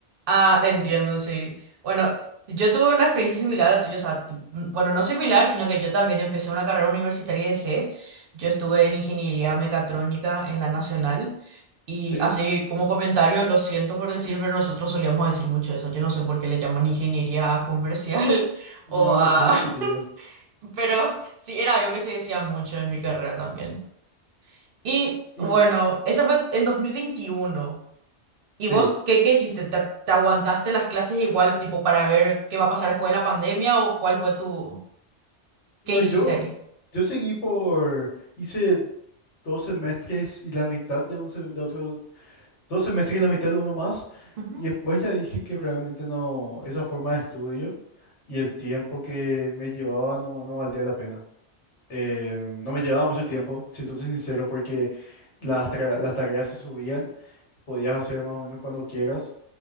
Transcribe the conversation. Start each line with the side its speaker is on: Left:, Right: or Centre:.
Right: Ah, entiendo, sí. Bueno, yo tuve una experiencia similar a tuya, o sea, tu- mm, bueno, no similar, sino que yo también empecé una carrera universitaria y dejé. Yo estuve en ingeniería mecatrónica en la Nacional y
Left: ¿Sí?
Right: así como comentario, lo siento por decir, pero nosotros solíamos decir mucho eso. Yo no sé por qué le llaman ingeniería a comercial <laughs>
Left: No,
Right: o
Left: no
Right: a...
Left: tiene
Right: <laughs>
Left: sentido.
Right: Pero sí, era algo que se decía mucho en mi carrera también. Y
Left: Y
Right: bueno, esa fue en 2021. ¿Y
Left: sí,
Right: vos qué, qué hiciste? ¿Te, te aguantaste las clases igual, tipo, para ver qué va a pasar después de la pandemia o cuál fue tu... ¿Qué
Left: no,
Right: hiciste
Left: y yo,
Right: ahí?
Left: yo seguí por, hice dos semestres y la mitad de, un, se- de otro dos semestres y la mitad de uno más.
Right: Ujú,
Left: Y después ya dije que realmente no, esa forma de estudio y el tiempo que me llevaba no, no valía la pena. Eh, no me llevaba mucho tiempo, siéndote sincero, porque las, tra- las tareas se subían, podías hacer más o menos cuando quieras.